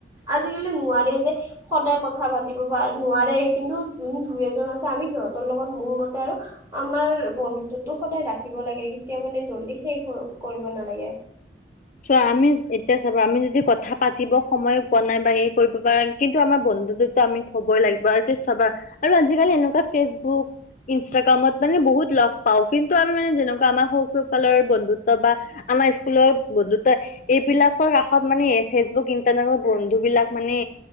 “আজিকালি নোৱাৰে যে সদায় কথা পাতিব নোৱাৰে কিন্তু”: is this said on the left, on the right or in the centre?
Right